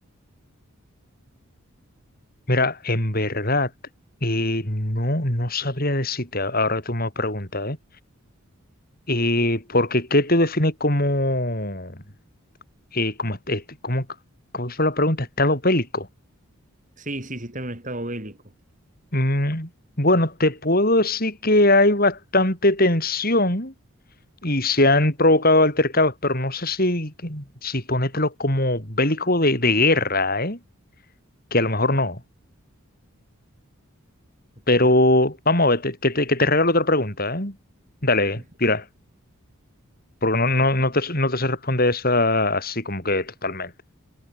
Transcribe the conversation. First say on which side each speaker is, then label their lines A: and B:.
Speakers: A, on the left (about 40°); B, on the right (about 35°).
A: Mira, en verdad eh, no, no sabría decirte, a- ahora tú me preguntas, ¿eh? Eh, porque ¿qué te define como, eh, como, este- este- como, ¿cómo fue la pregunta? Estado bélico.
B: Sí, sí, sí, está en un estado bélico.
A: Mm, bueno, te puedo decir que hay bastante tensión y se han provocado altercados, pero no sé si, si ponértelo como bélico de, de guerra, ¿eh? Que a lo mejor no.
B: Ok,
A: Pero vamos a ver, te- que te, que te regalo otra pregunta, ¿eh? Dale,
B: <laughs>
A: tira. Porque no, no,
B: ok,
A: no te, no te sé responder esa así como que totalmente.